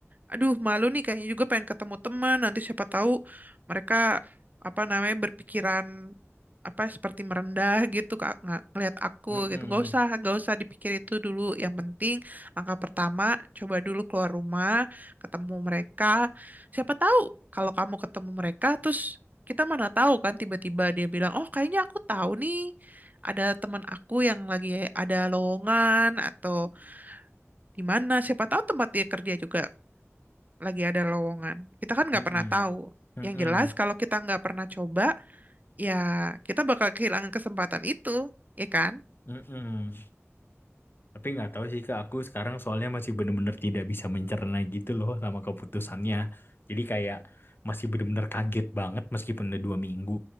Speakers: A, on the right (about 35°); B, on the left (about 45°).
A: Aduh malu nih kayaknya juga pengen ketemu teman nanti siapa tahu mereka apa namanya berpikiran apa seperti merendah gitu kak nggak ngelihat aku
B: Mm-mm.
A: gitu nggak usah nggak usah dipikir itu dulu yang penting Langkah pertama, coba dulu keluar rumah, ketemu mereka. Siapa tahu kalau kamu ketemu mereka, terus kita mana tahu kan tiba-tiba dia bilang, oh kayaknya aku tahu nih ada teman aku yang lagi ada lowongan atau di mana. Siapa tahu tempat dia kerja juga lagi ada lowongan. Kita kan nggak
B: Mm-mm.
A: pernah tahu.
B: Mm-mm.
A: Yang jelas kalau kita nggak pernah coba, ya kita bakal kehilangan kesempatan itu, ya kan?
B: Mm-mm. Tapi nggak tahu sih Kak, aku sekarang soalnya masih bener-bener tidak bisa mencerna gitu loh sama keputusannya. Jadi kayak masih bener-bener kaget banget meskipun udah dua minggu.